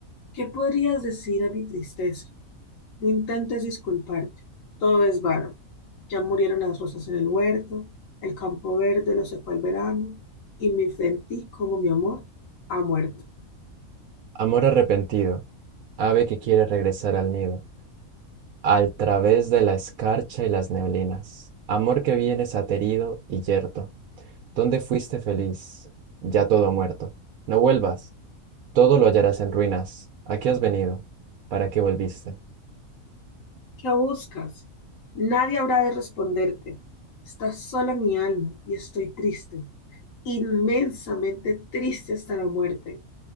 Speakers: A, on the left; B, on the right.
A: ¿Qué podrías decir a mi tristeza? No intentes disculparte, todo es vano. Ya murieron las rosas en el huerto, el campo verde lo secó el verano, y mi fe en ti, como mi amor, ha muerto.
B: Amor arrepentido, ave que quiere regresar al nido Al través de la escarcha y las neblinas, amor que vienes aterido y yerto, ¿dónde fuiste feliz? Ya todo ha muerto. No vuelvas, todo lo hallarás en ruinas. ¿A qué has venido, ¿para qué volviste?
A: ¿Qué buscas? Nadie habrá de responderte. Está sola mi alma y estoy triste, inmensamente triste hasta la muerte.